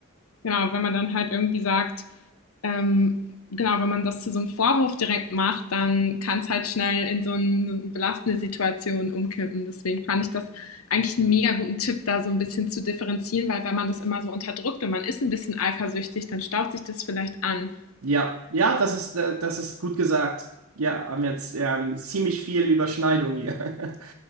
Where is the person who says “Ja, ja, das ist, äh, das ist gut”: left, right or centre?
Right